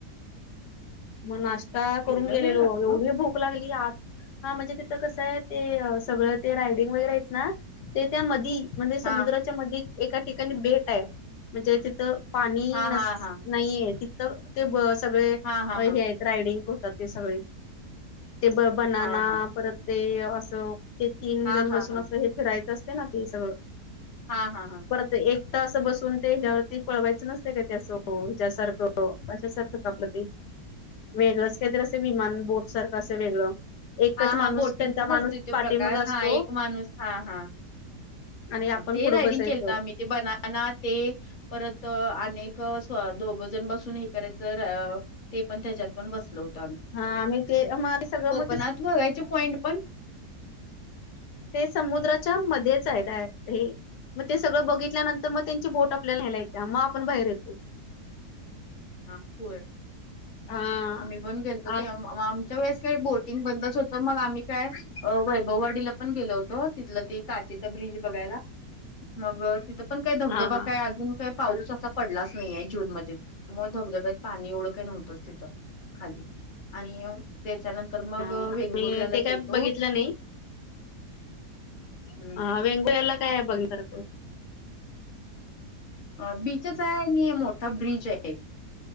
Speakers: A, on the left; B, on the left.
A: मग नाश्ता करून
B: एवढा
A: गेलेलो
B: वेळ लागलो
A: एवढी भूक लागली आत हा म्हणजे तिथं कसं हाय ते सगळं ते रायडिंग वगैरे आहेत ना ते त्या मधी म्हणजे समुद्राच्या
B: हा
A: मध्यी एका ठिकाणी बेटाय म्हणजे तिथं पाणी
B: हा
A: नस
B: हा हा
A: नाहीये तिथं ते सगळे
B: हा हा
A: हे
B: हा
A: आहेत. रायडिंग होतात ते सगळे ते ब बनना
B: हा हा
A: परत ते असं ते तीन
B: हा
A: जण
B: हा
A: बसून
B: हा
A: असं हे फिरायचं असते ना ते सगळं
B: हा हा हा.
A: परत एकट असं बसून ते हिच्या्यावरती पळवायचं नसते काय ते असं हिच्यासारखं कश सारखं का आपलं ते वेगळंच काहीतरी अस विमान बोट सारखं असं वेगळं एकच
B: हा,
A: माणूस
B: हा बोटिंगचच
A: त्यांचा
B: असत
A: माणूस
B: तो
A: पाठीमाग
B: प्रकार,
A: असतो
B: हा एक माणूस हा हा.
A: आणि
B: ह
A: आपण
B: ते
A: पुढं
B: रायडिंग
A: बसायचो
B: केलत आम्ही ते बनना ते. परत अनेक दोघ जण बसून हे करायचं र ते पण त्याच्यात पण बसल होतो आम्ही.
A: हा आम्ही ते <unintelligible> सगळ म
B: पण आत बघायचे पॉइंट पण
A: ते समुद्राच्या मध्येच आहेत, डाय- हे मग ते सगळं बघितल्यानंत तर मग त्यांची बोट आपल्याला न्यायला येते मग आपण बाहेर येतो
B: हा <unintelligible> हो
A: हा
B: आम्ही पण गेलतो
A: हा
B: ते आमच्या वेळेस काही बोटिंग बंदच होतं मग आम्ही काय वैभववाडीला पण गेलो होतो. तिथलं ते काचेचा ब्रिज बघायला मग तिथं पण, काय धबधबा
A: हा
B: काय अजून काय पाऊस असा पडलाच नाहीय जूनमध्ये मग धबधब्यात पाणी एवढं काय नव्हतच तिथं खाली आणि त्याच्यानंतर मग
A: आणि
B: वेंगुर्लाला
A: ते काय
B: गेलतो.
A: बघितलं नाही
B: हं.
A: हा वेंगुर्ला काय बघण्यासारखं?
B: अ बीचच आहे आणि मोठा ब्रिज आहे.